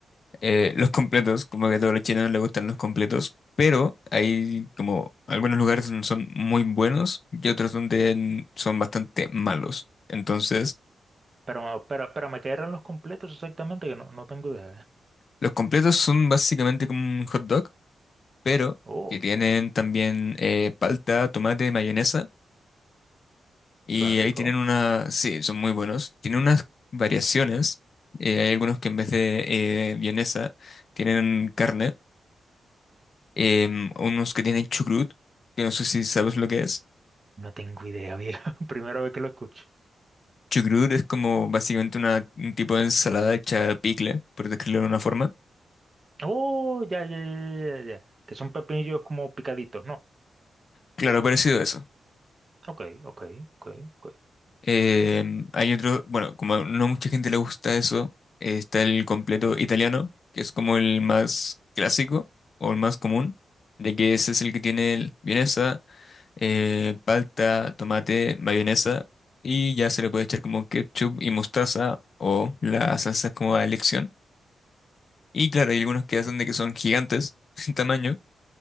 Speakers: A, on the left; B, on the right.
A: eh, los completos, como que a todos los chilenos les gustan los completos, pero hay como algunos lugares donde son muy buenos y otros donde n- son bastante malos. Entonces,
B: Pero, pero, pero me quedaron los completos exactamente, que no, no tengo idea. ¿eh?
A: los completos son básicamente como un hot dog, pero
B: Oh,
A: que tienen también eh, palta, tomate, mayonesa. Y
B: suena rico.
A: ahí tienen una, sí, son muy buenos. Tienen unas variaciones. eh, hay algunos que en vez de eh, vienesa tienen carne. em, unos que tienen chucrut, que no sé si sabes lo que es.
B: No tengo idea, viejo. <laughs> Primera vez que lo escucho.
A: Chucrut es como básicamente una, un tipo de ensalada hecha picle, por describirlo de una forma.
B: Oh, ya, ya, ya, ya, ya. Que son pepinillos como picaditos, ¿no?
A: Claro, parecido a eso.
B: Ok, ok, ok, ok.
A: Em, hay otro, bueno, como no mucha gente le gusta eso, eh, está el completo italiano, que es como el más clásico o el más común, de que ese es el que tiene el vienesa eh, palta, tomate, mayonesa y ya se le puede echar como ketchup y mostaza o la salsa como a elección. Y claro, hay algunos que hacen de que son gigantes <laughs> en tamaño.